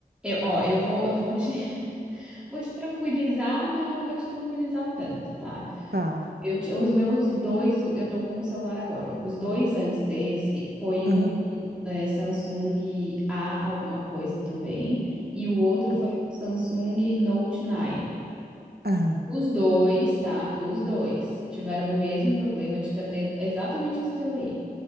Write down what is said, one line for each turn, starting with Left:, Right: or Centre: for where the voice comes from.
Centre: Eu, ó, eu vou, eu vou te, <laughs> vou te tranquilizar, mas não vou te tranquilizar tanto, tá?
Right: tá.
Centre: Eu, ti- os meus dois, eu tô com um celular agora. Os dois antes desse foi
Right: Aham.
Centre: um é, Samsung A alguma coisa também, e o outro
Right: ah,
Centre: foi um Samsung Note 9.
Right: Aham.
Centre: Os dois, tá? Os dois tiveram o mesmo problema de ta- é exatamente esse teu aí.